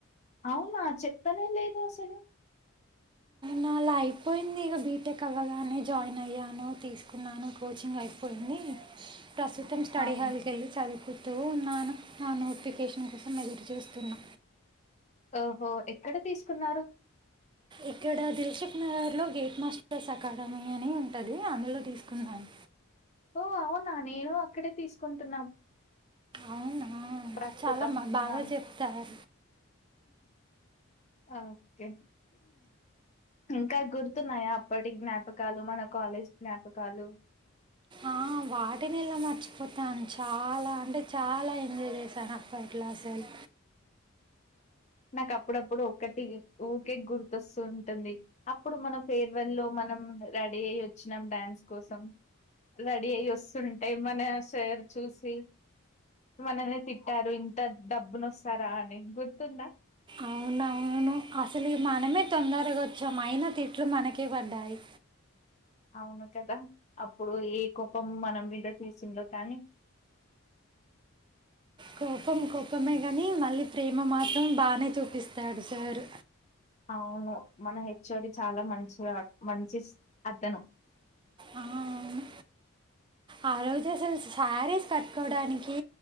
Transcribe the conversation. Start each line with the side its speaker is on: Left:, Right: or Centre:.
Left: అవునా! చెప్తనే లేదు అసలు.
Right: నా అలా అయిపోయింది ఇక బీటెక్ అవ్వగానే, జాయిన్ అయ్యాను. తీసుకున్నాను. కోచింగ్ అయిపోయింది. ప్రస్తుతం స్టడీ
Left: అవును
Right: హాల్ కెళ్ళి చదువుకుతూ ఉన్నాను. నా నోటిఫికేషన్ కోసం ఎదురుచూస్తున్నా.
Left: ఓహో ఎక్కడ తీసుకున్నారు?
Right: ఇక్కడ దిల్ షిక్ నగర్ లో గేట్ మాస్టర్స్ అకాడమీ అని ఉంటది అందులో తీసుకున్నాను.
Left: ఓ అవునా! నేను అక్కడే తీసుకుంటున్నాం.
Right: అవునా
Left: ప్రస్తుతం
Right: చాలా మ- బాగా
Left: ఆ
Right: చెప్తారు
Left: ఓకె ఇంకా గుర్తున్నాయా? అప్పటి జ్ఞాపకాలు, మన కాలేజ్ జ్ఞాపకాలు?
Right: ఆ వాటినెలా మర్చిపోతామ్! చాల అంటే చాల ఎంజాయ్ చేసాన్ అపట్ల అసల్.
Left: నాకు అప్పుడప్పుడు ఒక్కటి ఊకే గుర్తొస్తుూ ఉంటుంది. అప్పుడు మన ఫేర్వల్ లో మనం రెడీ అయి వచ్చినాం డ్యాన్స్ కోసం రడీ అయి వస్తుంటె, మన సార్ చూసి, మనల్ని తిట్టారు. ఇంత డబ్బున వస్తారా అని గుర్తుందా!
Right: అవునవును అసలు మనమే తొందరగ వచ్చామ్. అయినా, తిట్లు మనకే పడ్డాయి.
Left: అవును కదా! అప్పుడు, ఏ కోపం మన మీద తీసిండో కానీ,
Right: కోపం కోపమే గానీ, మళ్ళీ ప్రేమ మాత్రం బానే చూపిస్తాడు సార్.
Left: అవ్. మన హెచ్ఓడి చాలా మంచివా, మంచి అతను.
Right: ఆ అవును. ఆ రోజు అసలు శారీస్ కట్టుకోవడానికి,